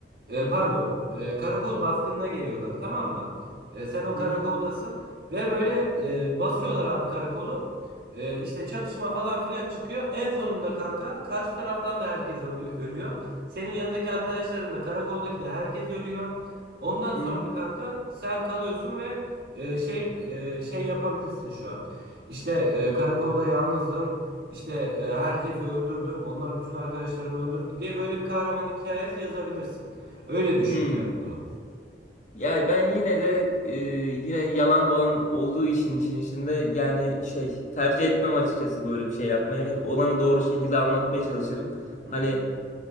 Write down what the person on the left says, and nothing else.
hı hı
hı
hı hı.
hı.
Yani ben yine de e, yine yalan dolan olduğu için işin içinde yani şey tercih etmem açıkçası böyle bir şey yapmaya. Olanı doğru şekilde anlatmaya çalışırım.
Hani